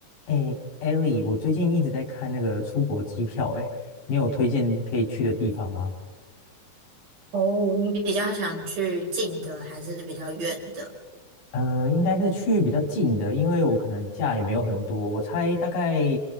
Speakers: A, on the left; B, on the right.
A: 哎，Ellie，我最近一直在看那个出国机票，哎，你有推荐可以去的地方吗？
B: 哦，你比较想去近的还是比较远的？
A: 呃，应该是去比较近的，因为我可能假也没有很多，我猜大概，